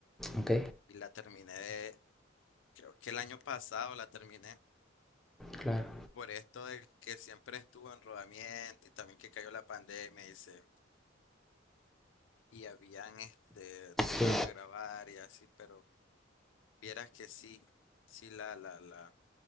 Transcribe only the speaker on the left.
y la terminé, de- creo que el año pasado la terminé.
por esto de que siempre estuvo en rodamiento y también que cayó la pandemia y se- y habían este dejado
de grabar y así, pero vieras que sí, sí la, la, la,